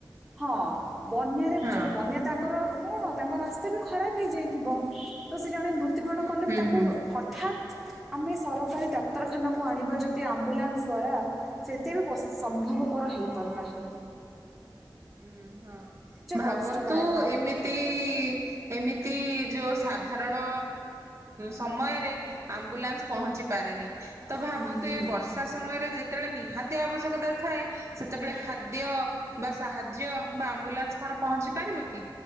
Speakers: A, in the centre; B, on the right.
A: ହଁ। ବନ୍ୟାରେ
B: ହଁ
A: ଯ ବନ୍ୟା
B: ହଁ
A: ତାଙ୍କର କ'ଣ ତାଙ୍କ ରାସ୍ତା ବି ଖରାପ ହେଇଯାଇଥିବ ତ ସେ ଜଣେ ମୃତ୍ୟୁବରଣ
B: ହୁଁ
A: କଲେ
B: ହୁଁ
A: ବି ତାଙ୍କୁ
B: ହୁଁ।
A: ହଠାତ୍ ଆମେ ସରକାରୀ ଡାକ୍ତରଖାନାକୁ ଆଣିବା ଯଦି ଆମ୍ବୁଲାନ୍ସ ଦ୍ୱାରା ସେତେ ବି ସମ୍ଭବପର ହୋଇଇପାରୁନାହିଁ।
B: ହୁଁ ହଁ ଭାବନ୍ତୁ
A: କଷ୍ଟଦାୟକ
B: ଏମିତି ଏମିତି ଯୋଉ ସାଧାରଣ ସମୟରେ ଆମ୍ବୁଲାନ୍ସ ପହଞ୍ଚି ପାରେନି। ତ ଭାବନ୍ତୁ
A: ହୁଁ
B: ଏଇ ବର୍ଷା ସମୟରେ ଯେତେବେଳେ ନିହାତି ଆବଶ୍ୟକତା ଥାଏ ସେତେବେଳେ ଖାଦ୍ୟ ବା ସାହାଯ୍ୟ ବା ଆମ୍ବୁଲାନ୍ସ କଣ ପହଞ୍ଚି ପାରିବ କି?